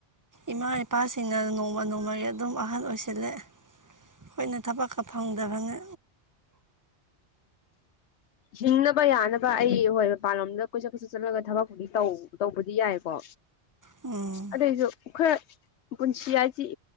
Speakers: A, on the right; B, on the left.
A: ꯏꯃꯥꯦ ꯄꯥꯁ ꯁꯤꯡꯅ ꯅꯣꯡꯃ ꯅꯣꯡꯃꯒꯤ ꯑꯗꯨꯝ ꯑꯍꯟ ꯑꯣꯏꯁꯤꯜꯂꯦ ꯑꯩꯈꯣꯏꯅ ꯊꯕꯛꯀ ꯐꯪꯗꯕꯅ
B: ꯍꯤꯡꯅꯕ ꯌꯥꯅꯕ ꯑꯩ ꯍꯣꯏ ꯃꯄꯥꯟꯂꯣꯝꯗ ꯀꯣꯏꯆꯠ ꯀꯣꯏꯆꯠ ꯆꯠꯂꯒ ꯊꯕꯛ ꯐꯥꯎꯗꯤ ꯇꯧꯕꯗꯤ ꯌꯥꯏꯀꯣ
A: ꯎꯝ
B: ꯑꯗꯩꯁꯨ ꯈꯔ ꯄꯨꯟꯁꯤ ꯍꯥꯏꯁꯤ